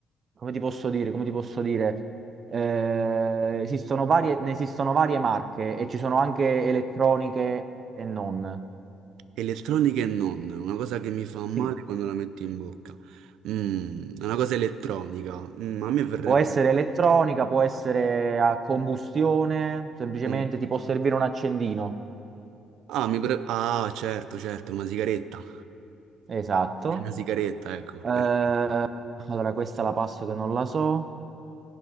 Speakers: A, on the right (about 35°); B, on the right (about 75°).
A: come ti posso dire, come ti posso dire? Eh, esistono varie, ne esistono varie marche e ci sono anche elettroniche e non.
B: Elettronica e non, una cosa che mi fa male
A: Sì.
B: quando la metto in bocca. Mm, una cosa elettronica. Mm, a me verrebbe...
A: Può essere elettronica, può essere a combustione, semplicemente
B: con-
A: ti può servire un accendino.
B: Ah, mi pre- ah, certo, certo, una sigaretta.
A: Esatto.
B: <laughs> Una sigaretta, ecco,
A: Eh,
B: perfetto.
A: allora, questa la passo che non la so.